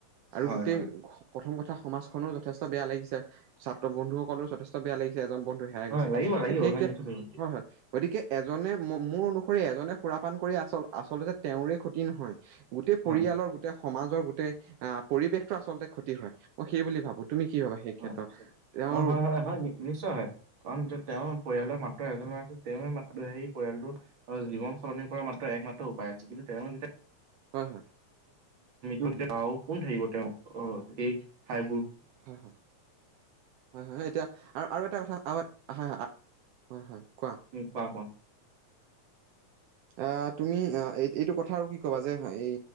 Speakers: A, on the right; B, on the right.
A: আৰু
B: হয়,
A: গোটেই
B: হয়,
A: প্ৰথম কথা সমাজখনো যথেষ্ট বেয়া লাগিছে ছাত্ৰ বন্ধুসকললে যথেষ্ট বেয়া লাগিছে এজন বন্ধু হেৰাই
B: হয়,
A: গৈছে
B: লাগিব লাগিব
A: সেই
B: হয়
A: ক্ষে
B: নিশ্চয় লাগিব।
A: হয়, হয়। গতিকে এজনে মোৰ অনুসৰি এজনে সুৰাপান কৰি আচল আচলতে তেওঁওৰে ক্ষতি নহয় গোটেই
B: হয়,
A: পৰিয়ালৰ গোটেই সমাজৰ গোটেই আহ পৰিৱেশটো আচলতে ক্ষতি হয়। মই সেই বুলি ভাবো, তুমি কি ভাবা? সেই ক্ষেত্ৰত
B: অ'
A: তেওঁৰ
B: অ', হয়, হয়, হয় নিশ্চয় হয়, কাৰণ তেওঁৰ পৰিয়ালৰ মাত্ৰ এজনৰ আছিল তেওঁ তেওঁ ম সেই পৰিয়ালটোৰ জীৱন সলনি কৰা মাত্ৰ একমাত্ৰ উপায় আছে কিন্তু তেওঁ যেতিয়া
A: হয় হয়
B: উমটো কোন থাকিব তেওঁ আহ এইঠাই
A: হা। হয় হয় হয়, এতিয়া আৰু আৰু এটা কথা আ হয়, হয়, হয়, হয়। কোৱা
B: উম কোৱা, কোৱা।
A: আহ, তুমি এই এইটো কথা আৰু কি ক'বা যে, এই